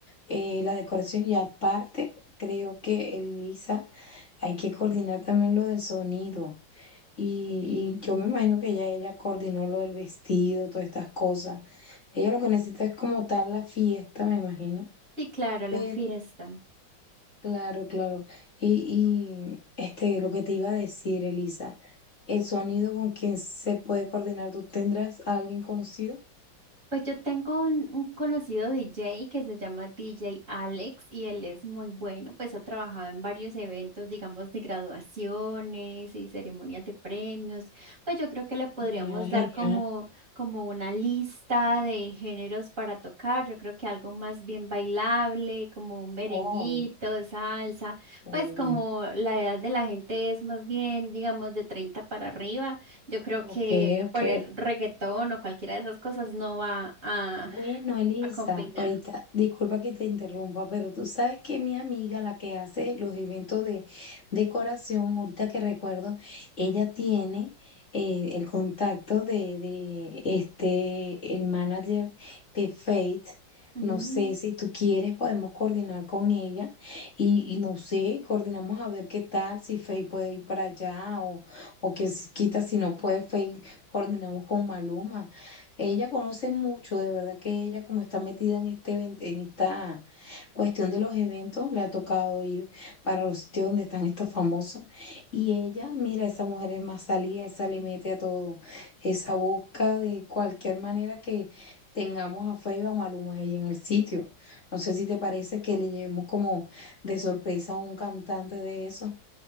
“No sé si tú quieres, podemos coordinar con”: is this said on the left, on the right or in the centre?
Left